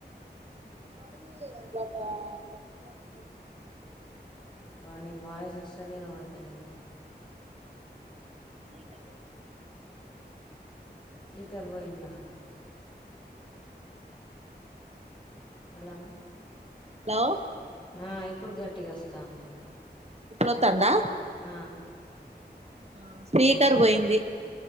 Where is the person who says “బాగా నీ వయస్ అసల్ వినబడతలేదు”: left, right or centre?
Left